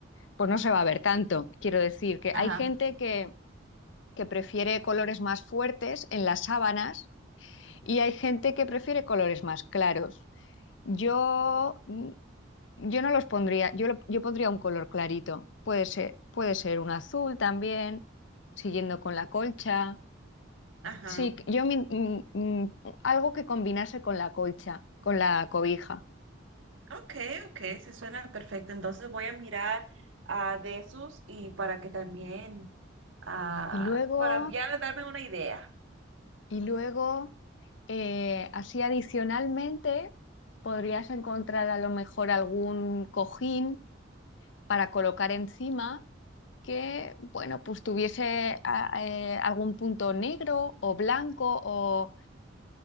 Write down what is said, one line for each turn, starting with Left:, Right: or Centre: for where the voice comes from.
Left: pues no se va a ver tanto. Quiero decir que
Right: Ajá.
Left: hay gente que, que prefiere colores más fuertes en las sábanas y hay gente que prefiere colores más claros. Yo Yo no los pondría, yo, lo- yo pondría un color clarito. Puede ser, puede ser un azul también, siguiendo con la colcha.
Right: Ajá.
Left: Sí, yo mi- mm, mm, algo que combinase con la colcha, con la cobija.
Right: Ok, ok, se suena perfecto. Entonces voy a mirar ah, de esos y para que también, ah,
Left: Y luego,
Right: para ya darme una idea.
Left: y luego, eh, así adicionalmente, podrías encontrar a lo mejor algún cojín para colocar encima que, bueno, pues tuviese a- eh, algún punto negro o blanco o